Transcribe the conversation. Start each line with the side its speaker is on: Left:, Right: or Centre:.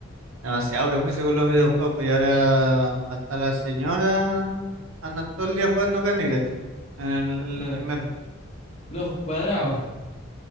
Right: demasiado prejuicio con los videojuegos, pues y ahora hasta las señoras andan todo el día jugando Candy Crush ¿no? en el, en
Left: Claro.
Right: el metro.
Left: Los ojos cuadrados.